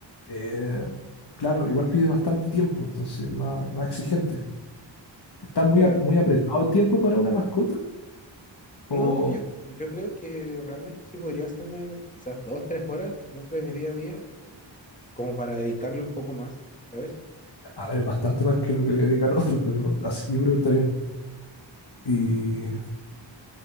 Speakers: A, on the left; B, on the left.
A: eh, claro, igual pide bastante tiempo, entonces más, más exigente. Está muy,
B: Claro.
A: a- muy apretado el tiempo para una mascota.
B: No,
A: O,
B: yo, yo creo que realmente sí podría hacerme quizás dos, tres horas dentro de mi día a día o como para dedicarle un poco más, ¿sabes?
A: a ver, es bastante más que lo que le dedican <laughs> otros, pero así- yo creo que está bien. Y